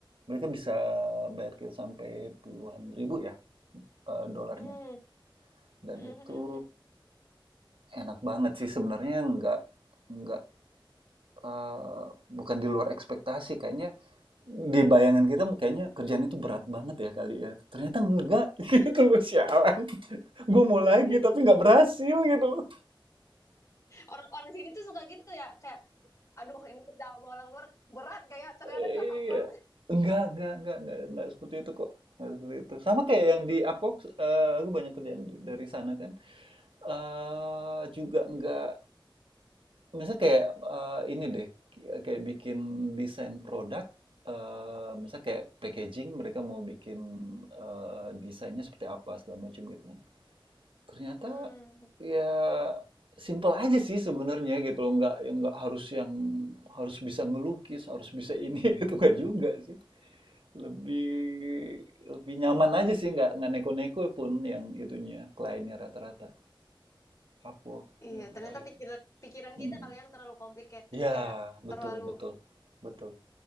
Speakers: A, on the right; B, on the left.
A: Mereka bisa bayar kita sampai puluhan ribu ya, eee, dolarnya.
B: Hmm.
A: Dan
B: <laughs>
A: itu enak banget sih sebenarnya nggak nggak eh, bukan di luar ekspektasi kayaknya di bayangan kita kayaknya kerjaan itu berat banget ya kali ya ternyata enggak <laughs> gitu
B: Iya.
A: loh sialan gue mau
B: <laughs>
A: lagi tapi nggak berhasil gitu loh
B: Orang-orang sini tuh suka gitu ya, kayak aduh ini kerja sama orang luar berat gak ya? Ternyata
A: iya
B: gampang.
A: enggak enggak enggak enggak enggak seperti itu kok enggak seperti itu sama kayak yang di Apox eh, aku banyak kerjaan di- dari sana kan eh juga enggak Misalnya kayak eh, ini deh, kayak bikin desain produk, eh misalnya kayak packaging, mereka mau bikin eh, desainnya seperti apa segala macam gitu kan. Ternyata
B: Hmm.
A: ya simple aja sih sebenarnya gitu loh, nggak yang nggak harus yang harus bisa ngelukis, harus bisa ini <laughs> itu nggak juga sih. Lebih lebih nyaman aja sih, nggak nggak neko-neko pun yang itunya kliennya rata-rata. Upwork,
B: Iya,
A: ya menarik
B: ternyata pikiran
A: sih.
B: pikiran
A: Hmm.
B: kita kali yang terlalu complicated
A: Ya,
B: kayak
A: betul,
B: terlalu
A: betul, betul.